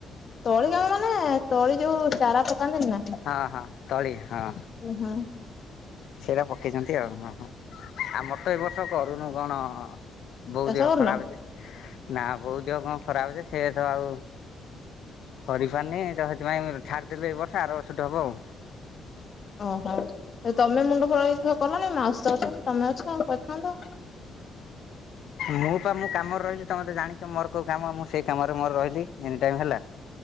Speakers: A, on the left; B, on the left.
A: ତଳି କାମ ମାନେ ତଳି ଯୋଉ ଚାରା ପକାନ୍ତିନି ନା।
B: ହଁ ହଁ ତଳି ହଁ।
A: ଉହୁଁ।
B: ସେରା ପକେଇଛନ୍ତି ଆଉ ହଁ ହଁ ଆମର ତ ଏ ବର୍ଷ କରୁନୁ କଣ ବୋଉ
A: ଚାଷ
B: ଦେହ
A: କରୁନ?
B: ଖରାପ ଅଛେ ନା ବୋଉ ଦେହ କଣ ଖରାପ ଅଛେ ସେ ତ ଆଉ କରିପାରୁନି ତ ସେଥିପାଇଁ ଛାଡିଦେଲେୁ ଏଇ ବର୍ଷ ଆର ବର୍ଷଠୁ ହବ ଆଉ।
A: ଓହୋ ତମେ ମୁଣ୍ଡକୁ ନଗେଇ ସବୁ କଲନି ମାଉସିତ ଅଛନ୍ତି ତମେ ଅଛ ଆଉ କରିଥାନ୍ତ।
B: ମୁଁ ପା ମୁଁ କାମରେ ରହିଲି ତମେ ତେ ଜଣିଛ ମୋର କୋଉ କାମ ମୁଁ ସେଇ କାମରେ ମୋର ରହିଲି ଏନି ଟାଇମ ହେଲା।